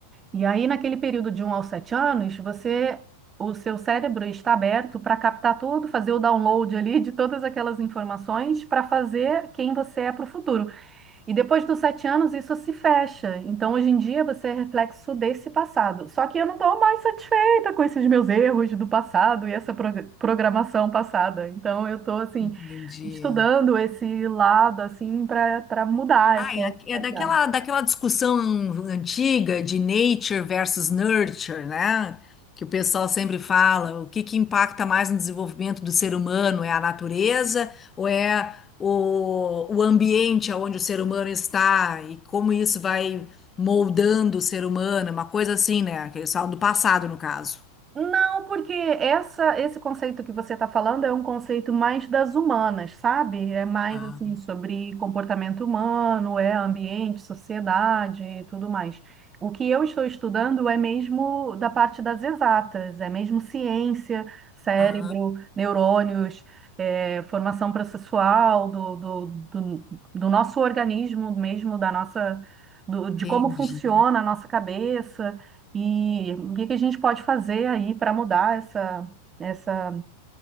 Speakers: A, on the right; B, on the left.
A: E aí, naquele período de um aos 7 anos, você, o seu cérebro está aberto para captar tudo, fazer o download ali de todas aquelas informações para fazer quem você é para o futuro. E depois dos 7 anos, isso se fecha. Então, hoje em dia, você é reflexo desse passado. Só que eu não estou mais satisfeita com esses meus erros do passado e essa prog- programação passada. Então, eu estou, assim,
B: Entendi.
A: estudando esse lado, assim, para para mudar
B: Ah,
A: essa
B: é
A: realidade.
B: é daquela, daquela discussão antiga de nature versus nurture, né? Que o pessoal sempre fala, o que que impacta mais no desenvolvimento do ser humano? É a natureza ou é o, o ambiente onde o ser humano está e como isso vai moldando o ser humano? Uma coisa assim, né? Que eles falam do passado, no caso.
A: Não, porque essa, esse conceito que você está falando é um conceito mais das humanas, sabe? É mais
B: Ah,
A: assim sobre comportamento humano, é ambiente, sociedade e tudo mais. O que eu estou estudando é mesmo da parte das exatas, é mesmo ciência, cérebro,
B: ah,
A: neurônios, é, formação processual do, do, do, do nosso organismo mesmo, da nossa, do- de
B: entendi.
A: como funciona a nossa cabeça. E o que que a gente pode fazer aí para mudar essa, essa,